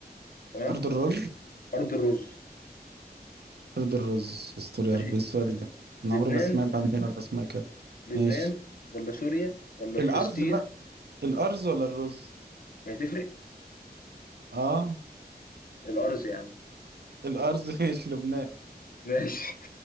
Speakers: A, on the left; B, on the right.
A: تمام
B: أرض الرز
A: أرض الرز
B: أرض الرز استوري
A: ماشي
B: عربي إيه السؤال ده أنا
A: لبنان
B: عمري ما سمعت عن بيلر اسمها كده
A: لبنان
B: ماشي
A: ولا سوريا ولا
B: الأرز
A: فلسطين
B: بقى الأرز ولا الرز؟
A: هتفرق
B: اه
A: الأرز يا عم
B: الأرز <laughs> ماشي لبنان
A: ماشي